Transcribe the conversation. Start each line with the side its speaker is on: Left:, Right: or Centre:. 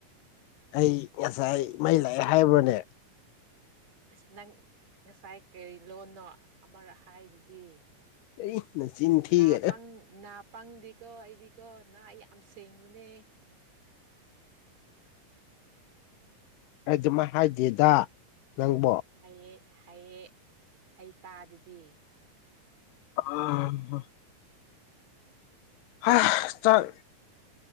Left: ꯑꯩ ꯉꯁꯥꯏ ꯃꯩ ꯂꯥꯛꯑꯦ ꯍꯥꯏꯕ꯭ꯔꯣꯅꯦ
Right: ꯑꯁ ꯅꯪ ꯉꯁꯥꯏ ꯀꯔꯤ ꯂꯣꯟꯅꯣ ꯑꯃꯔꯛ ꯍꯥꯏꯕꯗꯤ
Left: ꯑꯩ ꯅꯆꯤꯟ ꯊꯤꯒꯅꯨ
Right: ꯅꯥꯄꯪ ꯅꯥ ꯄꯪꯗꯤꯀꯣ ꯑꯩꯗꯤꯀꯣ ꯅꯥ ꯌꯥꯝ ꯁꯦꯡꯕꯅꯦ
Left: ꯑꯩ ꯑꯗꯨꯃ ꯍꯥꯏꯗꯦꯗ ꯅꯪꯕꯣ
Right: ꯍꯌꯦ ꯍꯌꯦ ꯍꯩ ꯇꯥꯗꯗꯤ
Left: ꯑ ꯍ ꯆꯥꯛ